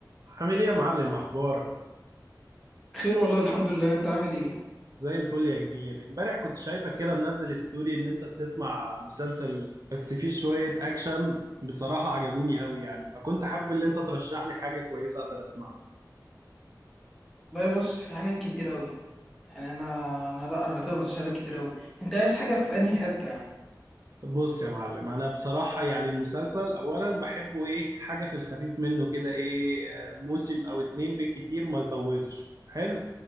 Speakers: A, on the right; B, in the centre.
A: عامل ايه يا معلم اخبارك
B: خير والله الحمد لله انت عامل ايه
A: زي الفل يا كبير امبارح كنت شايفك كده منزل ستوري ان انت بتسمع مسلسل بس فيه شوية اكشن بصراحة عجبوني قوي يعني فكنت حابب ان انت ترشح لي حاجة كويسة اقدر اسمعها
B: والله بص في حاجات كتير قوي يعني انا انا لا انا بتابع مسلسلات كتير قوي انت عايز حاجه في انهي حته يعني
A: طب بص يا معلم انا بصراحة يعني المسلسل اولا بحبه ايه حاجة في الخفيف منه كده ايه آه، موسم او اتنين بكتير ما يطولش حلو